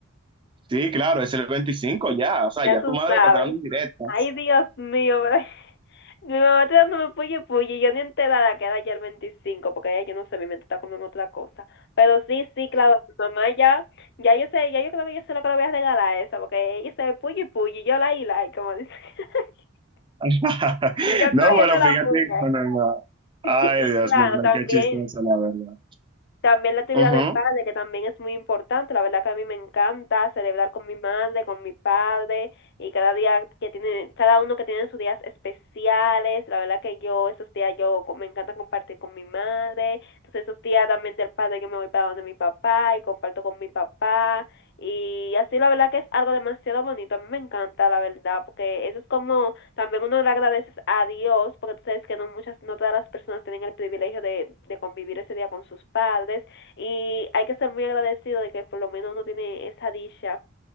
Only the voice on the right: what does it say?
Sí, claro, es el 25 ya, o sea,
ya
tu madre
está esperando en directo.
<laughs>
No,
pero
fíjate,
bueno, no. Ay,
Dios
mío, no,
qué chistoso, la verdad.
Ujú.